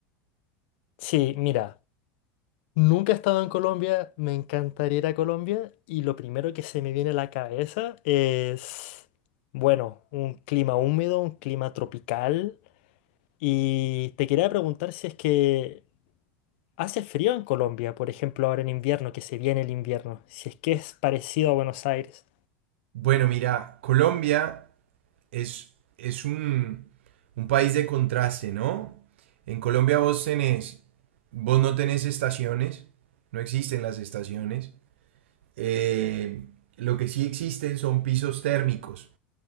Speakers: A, on the left; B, on the right.
A: Sí, mira, nunca he estado en Colombia, me encantaría ir a Colombia y lo primero que se me viene a la cabeza es, bueno, un clima húmedo, un clima tropical y te quería preguntar si es que hace frío en Colombia, por ejemplo, ahora en invierno, que se viene el invierno, si es que es parecido a Buenos Aires.
B: Bueno, mira, Colombia es, es un, un país de contraste, ¿no? En Colombia vos tenés, vos no tenés estaciones, no existen las estaciones. Eh, lo que sí existen son pisos térmicos.